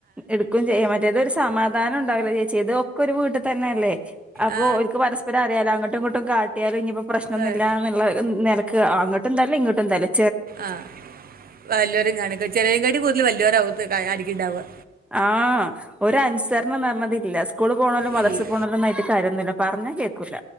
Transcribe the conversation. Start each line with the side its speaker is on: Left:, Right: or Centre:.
Centre: എടുക്കയും ചെയ്യാം മറ്റേത ഒരു എടുക്കും ചെയ്യ മറ്റെത്‌ ഒറു സമാധാനം ഉണ്ടാവില്ല ചേച്ചി ഇതൊക്കെ ഒരു വീട്ടിൽ തന്നെ അല്ലേ? അപ്പോ
Right: ആ,
Centre: ഓൽക്ക് പരസ്പരം അറിയാലോ? അങ്ങോട്ടും ഇങ്ങട്ടും കാട്ടിയാലും ഇഞ്ഞ് ഇപ്പൊ പ്രശ്നൊന്നുല്ല
Right: ക-
Centre: എന്നുള്ള നിലക്ക് അങ്ങോട്ടും തല്ലു ഇങ്ങോട്ടും തല്ല്
Right: ആഹ് വല്ലോരും കാണിക്കും ചെറിയാലകാട്ടിൽ കൂടുതൽ വലിയോർ ആവും ഇത് കാണിക്കുന്നുണ്ടാവുക
Centre: ആ ഒരനുസരണം അറഞ്ഞത് ഇല്ല സ്ക്കൂളിൽ പോണലും മദ്രസ്സിൽ
Right: ഇല്ല
Centre: പോണലുംമൊന്നായിട്ടും കാര്യം ഒന്നുല്ല പറഞ്ഞാ കേൾക്കൂല